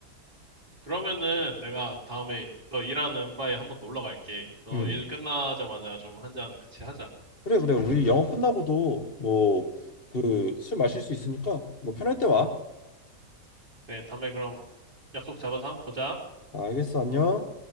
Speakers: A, on the right (about 35°); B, on the left (about 40°).
A: 그러면은 내가 다음에 너 일하는 바에 한번 놀러 갈게. 너
B: 음
A: 일 끝나자마자 좀 한 잔 같이 하자.
B: 그래 그래 우리 영업 끝나고도 뭐 그 술 마실 수 있으니까 뭐 편할 때 와.
A: 그래, 다음에 그럼 약속 잡아서 한번 보자.
B: 알겠어 안녕.